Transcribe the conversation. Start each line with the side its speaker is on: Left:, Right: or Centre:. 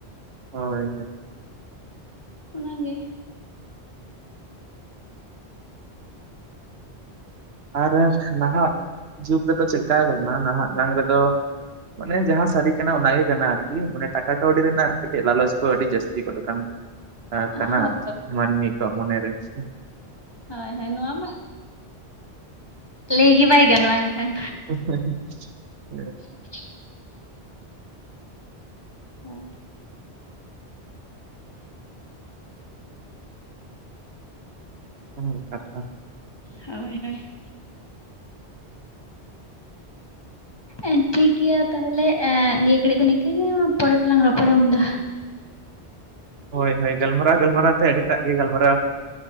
Right: ᱦᱳᱭ ᱦᱳᱭ,
Left: ᱚᱱᱟ ᱜᱮ,
Right: ᱟᱨ ᱱᱟᱦᱟᱜ ᱡᱩᱜᱽ ᱨᱮᱫᱚ ᱪᱮᱫ ᱞᱮᱠᱟ, ᱠᱟᱱᱟ ᱱᱟᱦᱟᱜ ᱱᱟᱝ ᱨᱮᱫᱚ ᱢᱟᱱᱮ ᱡᱟᱦᱟᱸ ᱥᱟᱹᱨᱤ ᱠᱟᱱᱟ ᱚᱱᱟ ᱜᱮ ᱠᱟᱱᱟ ᱟᱨᱠᱤ, ᱢᱟᱱᱮ ᱴᱟᱠᱟ ᱠᱟᱹᱣᱰᱤ ᱨᱮᱱᱟᱜ ᱠᱟᱹᱴᱤᱡ ᱞᱟᱞᱚᱪ ᱠᱚ ᱟᱹᱰᱤ ᱡᱟᱹᱥᱛᱤ ᱜᱚᱫ ᱠᱟᱱ ᱟ ᱠᱟᱱᱟ
Left: ᱦᱳᱭ
Right: ᱟᱨᱠᱤ, ᱢᱟᱹᱱᱢᱤ ᱠᱚᱣᱟᱜ ᱢᱚᱱᱮᱨᱮ ᱥᱮ,
Left: ᱦᱳᱭ ᱦᱳᱭ, ᱱᱚᱣᱟ ᱢᱟ ᱞᱟᱹᱭ ᱜᱮ ᱵᱟᱭ ᱜᱟᱱᱚᱜᱼᱟ ᱮᱱᱠᱷᱟᱱ᱾
Right: ᱦᱮᱸ <unintelligible>
Left: <unintelligible> ᱦᱳᱭ,
Right: <unintelligible> ᱠᱟᱛᱷᱟ
Left: ᱦᱳᱭ ᱦᱳᱭ, ᱮ ᱴᱷᱤᱠ ᱜᱮᱭᱟ ᱛᱟᱦᱚᱞᱮ, ᱮ ᱱᱤᱭᱟᱹ ᱜᱷᱟᱹᱲᱤᱡ ᱫᱚ ᱱᱤᱝᱠᱟᱹᱮ ᱢᱟ ᱯᱚᱨᱮ ᱛᱮᱞᱟᱝ ᱨᱚᱯᱚᱲᱟ ᱩᱱ ᱫᱚ᱾
Right: ᱦᱳᱭ ᱦᱳᱭ ᱜᱟᱞᱢᱟᱨᱟᱣ ᱜᱟᱞᱢᱟᱨᱟᱣ ᱛᱮ ᱟᱹᱰᱤᱴᱟᱜ ᱜᱮ, ᱜᱟᱞᱢᱟᱨᱟᱣ